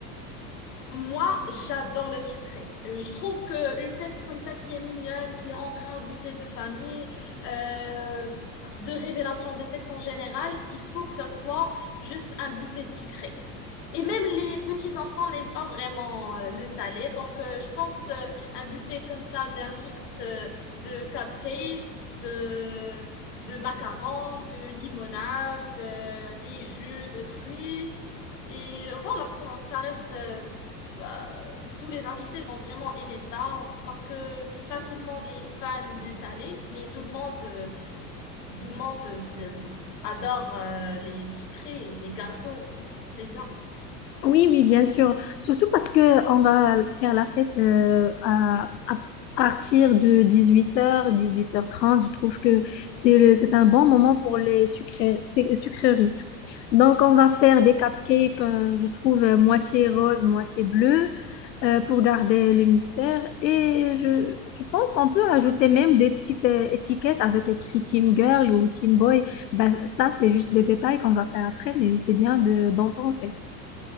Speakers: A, on the left (about 65°); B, on the left (about 80°).
A: Moi, j'adore le sucré. Euh, Je trouve que une fête comme ça qui est mignonne, qui est entre invités de famille, euh, de révélation de sexe en général, il faut que ça soit juste un buffet sucré. Et même les petits enfants n'aiment pas vraiment euh, le salé. Donc, euh, je pense euh, un buffet comme ça d'un mix euh, de cupcakes, de, de macarons, de limonade, euh, des jus de fruits. Et voilà, donc ça reste, euh, bah, tous les invités vont vraiment aimer ça parce que pas tout le monde est fan du salé, mais tout le monde, euh, tout le monde euh, adore euh, les sucrés, les gâteaux. On sait bien.
B: Oui, oui, bien sûr. Surtout parce que on va faire la fête euh, à, à partir de 18h, 18h30. Je trouve que c'est le, c'est un bon moment pour les sucré- suc- sucreries. Donc, on va faire des cupcakes, euh, je trouve, euh, moitié rose, moitié bleu, euh, pour garder le mystère. Et je, je pense on peut ajouter même des petites euh, étiquettes avec écrit Team Girl ou Team Boy. Ben, ça, c'est juste des détails qu'on va faire après, mais c'est bien de, d'en penser.